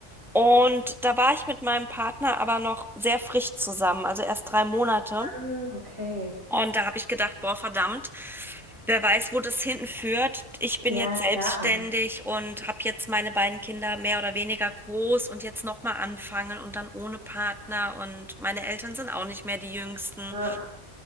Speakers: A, in the centre; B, on the right.
A: Und da war ich mit meinem Partner aber noch sehr frisch zusammen, also erst drei Monate.
B: Ah, okay.
A: Und da habe ich gedacht, boah, verdammt, wer weiß, wo das hinten führt. Ich bin
B: Ja,
A: jetzt
B: klar.
A: selbstständig und habe jetzt meine beiden Kinder mehr oder weniger groß und jetzt nochmal anfangen und dann ohne Partner. Und meine Eltern sind auch nicht mehr die Jüngsten.
B: Ja.